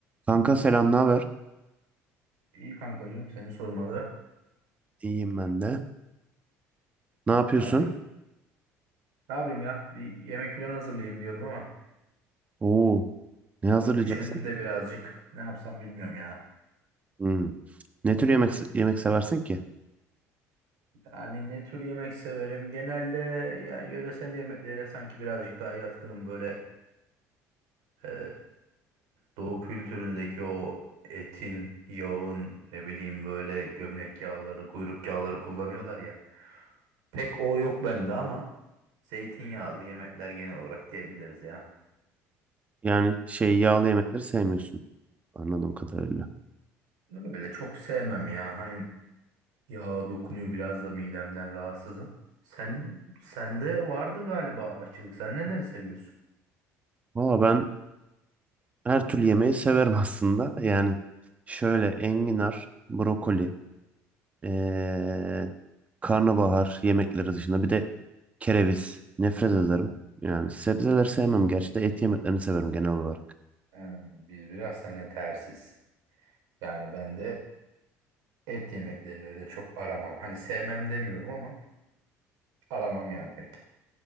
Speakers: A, on the right; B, on the right.
A: Kanka selam, ne haber?
B: İyi kankacığım seni sormalı.
A: İyiyim ben de. Ne yapıyorsun?
B: Ne yapıyorsun? Ne yapayım ya? Bir yemek falan hazırlayayım diyordum ama
A: Oo, ne hazırlayacaksın?
B: e, üşendim de birazcık. Ne yapsam bilmiyorum ya.
A: Hmm. Ne tür yemek yemek seversin ki?
B: Yani ne tür yemek severim? Genelde yani yöresel yemeklere sanki birazcık daha yatkınım. Böyle e, doğu kültüründeki o etin, yağın ne bileyim böyle gömlek yağları, kuyruk yağları kullanıyorlar ya. Pek o yok bende ama zeytinyağlı yemekler genel olarak diyebiliriz ya.
A: Yani şey yağlı yemekleri sevmiyorsun anladığım kadarıyla.
B: Öyle çok sevmem ya. Hani Ya dokunuyor biraz da midemden rahatsızım. Sen sende vardı galiba aşçılık. Sen neleri seviyorsun?
A: Valla ben her türlü yemeği severim <laughs> aslında. Yani şöyle enginar, brokoli, ee, karnabahar yemekleri dışında bir de kereviz nefret ederim. Yani sebzeleri sevmem gerçi de et yemeklerini severim genel olarak.
B: Ee, biz biraz seninle tersiz. Yani ben de et yemeklerini öyle çok aramam. Hani sevmem demiyorum ama aramam yani pek.